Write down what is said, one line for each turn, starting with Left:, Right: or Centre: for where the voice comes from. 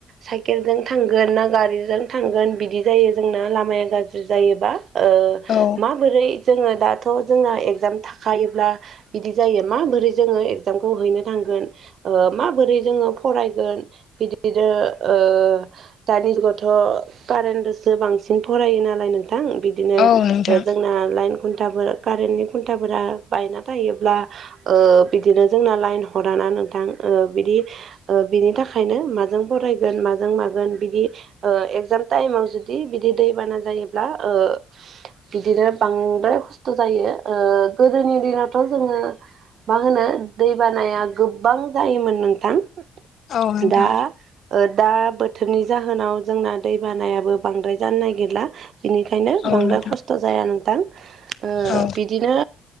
Right: साइकेलजों थांगोन ना गारिजों थांगोन बिदि जायो जोंना लामाया गाज्रि जायोबा ओ
Left: औ
Right: माबोरै जोङो दाथ' जोंना एगजाम थाखायोब्ला बिदि जायो माबोरै जोङो एक्जामखौ हैनो थांगोन ओ माबोरै जोङो फरायगोन बिदिनो ओ दानि जुगावथ' कारेन्टदोसो बांसिन फरायो नालाय नोंथां बिदि नो
Left: औ नोंथां
Right: ओ जोंना लाइन खुन्थाफोर कारेन्टनि खुन्थाफोरा बायना थायोब्ला ओ बिदिनो जोंना लाइन हराना नोंथां ओ बिदि ओ बिनि थाखायनो माजों फरायगोन माजों मागोन बिदि ओ एगजाम टाइमाव जुदि बिदि दैबाना जायोब्ला ओ बिदिनो बांद्राय खस्थ' जायो ओ गोदोनि दिनावथ' जोङो मा होनो दैबानाया गोबां जायोमोन नोंथां
Left: औ नोंथां
Right: दा ओ दा बोथोरनि जाहोनाव जोंना दै बानायाबो बांद्राय जानो नागिरला बिनिखायनो
Left: औ
Right: बांद्राय
Left: नोंथां
Right: खस्थ' जाया नोंथां ओ
Left: औ
Right: बिदिनो